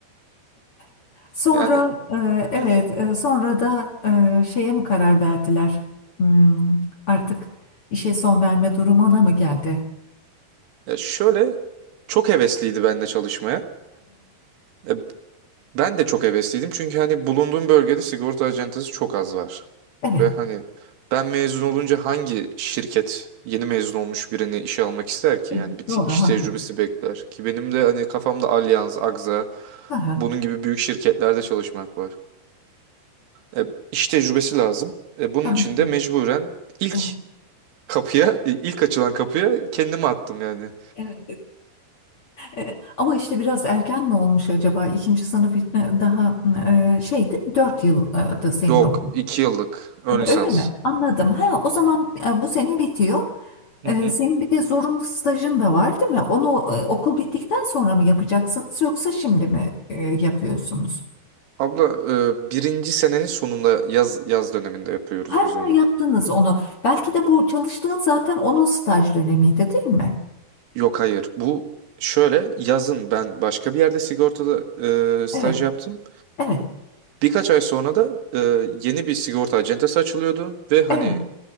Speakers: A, on the left; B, on the right.
A: <laughs> Sonra,
B: Yani
A: e, evet,
B: hı.
A: e, sonra da e, şeye mi karar verdiler? Hmm, artık işe son verme durumuna mı geldi?
B: Ya şöyle çok hevesliydi benimle çalışmaya. E, Ben de çok hevesliydim çünkü hani bulunduğum bölgede sigorta acentesi çok az var.
A: Evet,
B: Ve hani ben mezun olunca hangi şirket yeni mezun olmuş birini işe almak ister ki?
A: evet,
B: Yani bir te-
A: doğru,
B: iş
A: haklı.
B: tecrübesi bekler ki benim de hani kafamda Allianz, Agza
A: Aha,
B: bunun gibi büyük şirketlerde çalışmak var. E, iş tecrübesi lazım. E, bunun
A: tabii
B: için
A: ki.
B: de mecburen ilk
A: Evet,
B: kapıya, e, ilk açılan kapıya kendimi attım yani.
A: evet. E, ama işte biraz erken mi olmuş acaba? İkinci sınıf için daha e, şeydi, dört yıldı senin
B: Yok,
A: okulun.
B: iki yıllık ön
A: E,
B: lisans.
A: öyle mi? Anladım. Ha, o zaman e, bu sene bitiyor. E,
B: Hı hı.
A: senin bir de zorunlu stajın da var, değil mi? Onu e, okul bittikten sonra mı yapacaksınız yoksa şimdi mi e, yapıyorsunuz?
B: Abla e, birinci senenin sonunda yaz yaz döneminde yapıyoruz
A: Ha,
B: biz onu.
A: yaptınız onu. Belki de bu çalıştığın zaten onun staj dönemiydi, değil mi?
B: Yok hayır bu şöyle yazın ben başka bir yerde sigortada e, staj
A: Evet,
B: yaptım.
A: evet,
B: Birkaç ay sonra da e, yeni bir sigorta acentesi açılıyordu ve hani
A: evet.